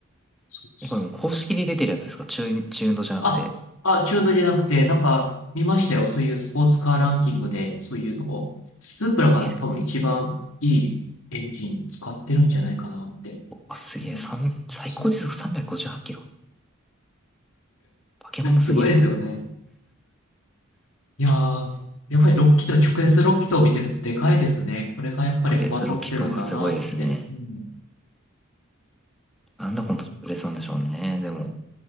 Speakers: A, on the left; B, in the centre.
A: そうそう
B: え、これもう公式に出てるやつですか中、中運動じゃなくて。
A: あ、あ、中途じゃなくて、なんか見ましたよ。そういうスポーツカーランキングで、そういうのを。スープラが多分一番いいエンジン使ってるんじゃないかなって。
B: え、あ、すげえ。
A: うん
B: 三最高時速358キロ。
A: そう
B: 化け物すぎる。
A: すごいですよね。いやー、やっぱりキーと直接6気筒を見てるとでかいですね。これがやっぱり幅取ってるんだなって。
B: 直列ロキとはすごいですね。
A: うん、
B: なんだこの直列なんでしょうね。でも、